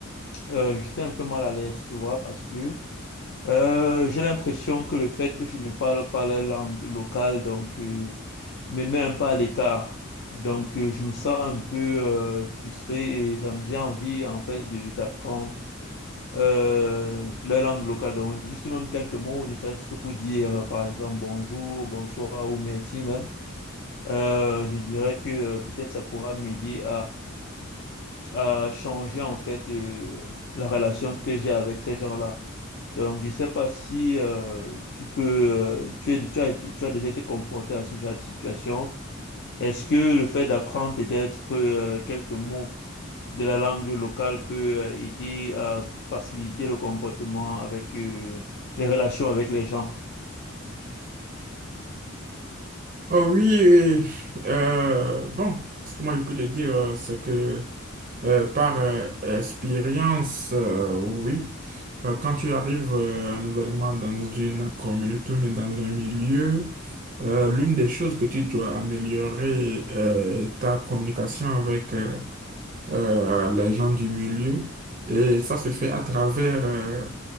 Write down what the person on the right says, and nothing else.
Oh oui, et, euh, bon, ce que moi je peux te dire, euh, c'est que euh, par euh, expérience, euh, oui, euh, quand tu arrives euh, nouvellement dans une communauté, mais dans un milieu, euh, l'une des choses que tu dois améliorer euh, est ta communication avec euh, euh, les gens du milieu. Et ça se fait à travers euh,